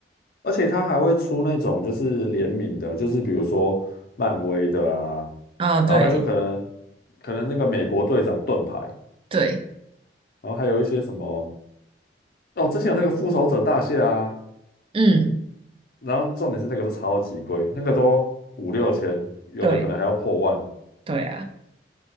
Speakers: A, on the left; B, on the right.
A: 而且它还会出那种就是联名的，就是比如说漫威的啊，
B: 啊，对
A: 然后它就可能可能那个美国队长盾牌。
B: 对。
A: 然后还有一些什么哦，之前有那个复仇者大蟹啊，
B: 嗯，
A: 然后重点是那个都超级贵，那个都五六千，有的可能还要破万。
B: 对对啊，